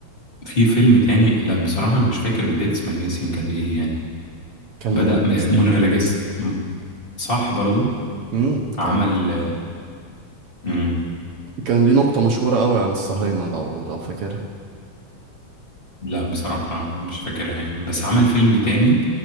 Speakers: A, on the left; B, on the right.
A: في فيلم تاني لا بصراحة انا مش فاكر بداية اسماعيل ياسين كانت ايه يعني
B: كان
A: بدأ
B: منرجس
A: م- منى لجست مم. صح برضو
B: امم
A: عمل
B: كان
A: مم.
B: كان ليه نقطة مشهورة قوي عن الصهاينة لو لو فاكرها
A: لا بصراحة مش فاكرها يعني بس عمل فيلم تاني